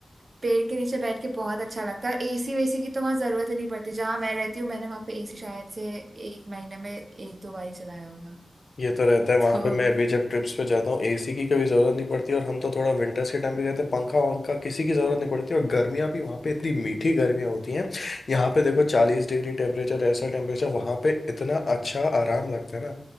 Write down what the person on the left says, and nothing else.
ये तो रहता
है वहां
पे मैं अभी जब ट्रिप्स पे जाता हूँ एसी की कभी जरूरत नहीं पड़ती और हम तो थोड़ा विंटर्स के टाइम भी रहते हैं पंखा वंखा किसी की जरूरत नहीं पड़ती और गर्मियाँ भी वहां पे इतनी मीठी गर्मियाँ होती हैं यहाँ पे देखो चालीस डिग्री टेम्परेचर ऐसा टेम्परेचर वहां पे इतना अच्छा आराम लगता है ना